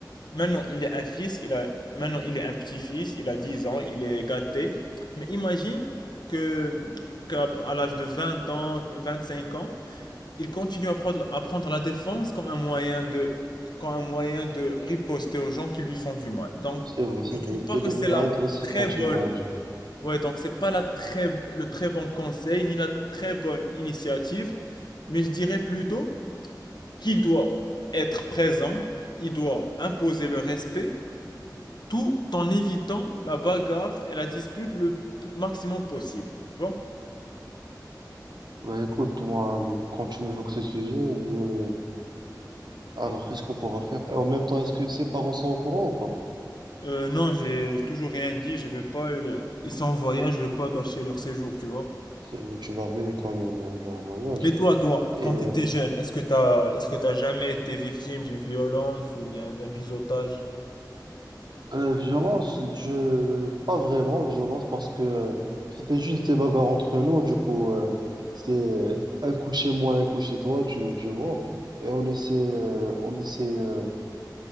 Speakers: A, on the left; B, on the right.
A: Maintenant, il est un fils, il a, maintenant, il est un petit-fils, il a 10 ans, il est gâté. Mais imagine que, qu'à l'âge de 20 ans, 25 ans, il continue à prendre, à prendre la défense comme un moyen de, comme un moyen de riposter aux gens qui lui font du mal. Donc,
B: C'est vrai, c'est
A: je
B: vrai.
A: trouve
B: Il peut
A: pas que
B: devenir
A: c'est la
B: agressif
A: très
B: quand
A: bonne,
B: il grandit.
A: ouais, donc c'est pas la très, le très bon conseil, ni la très bonne initiative, mais je dirais plutôt qu'il doit être présent, il doit imposer le respect, tout en évitant la bagarre et la dispute le maximum possible, tu vois?
B: Bah écoute, moi, euh, quand tu m'évoques ce sujet, je... Alors, qu'est-ce qu'on pourra faire? Et en même temps, est-ce que ses parents sont au courant ou pas?
A: Euh, non, j'ai toujours rien dit, je veux pas, le- ils sont en voyage, je veux pas gâcher leur séjour, tu vois?
B: C'est vrai, tu vas ruiner quand même euh, leur voyage.
A: Mais toi, toi,
B: Et
A: quand
B: euh,
A: tu étais jeune, est-ce que t'as, est-ce que t'as jamais été victime d'une violence ou bien d'un biseautage?
B: euh, violence, je... Pas vraiment violence parce que euh, c'était juste des bagarres entre nous. Du coup, euh, c'est euh, un coup chez moi, un coup chez toi, tu, tu vois. Et on essaie, euh, on essaie, euh,